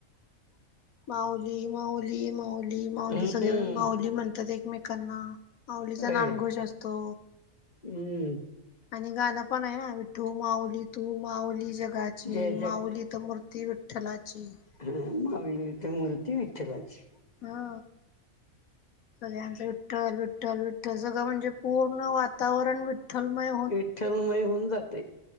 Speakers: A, on the left (about 30°); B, on the left (about 85°).
A: ह.
B: माऊली माऊली माऊली माऊली
A: हम्म
B: सगळे माऊली म्हणतात एकमेकांना. आवलीचा
A: होय
B: नामघोष असतो.
A: हम्म
B: आणि गाणं पण आहे ना विठ्ठू माऊली तू माऊली जगाची
A: जय
B: माऊली तर म. ती विठ्ठलाची.
A: हा मावी ते मूर्ती विठलाची.
B: हा सगळ्यांच. विठ्ठल विठ्ठल विठ्ठल सगळं म्हणजे पूर्ण वातावरण विठ्ठ. थलमय.
A: विठ्ठलमय होऊन जाते.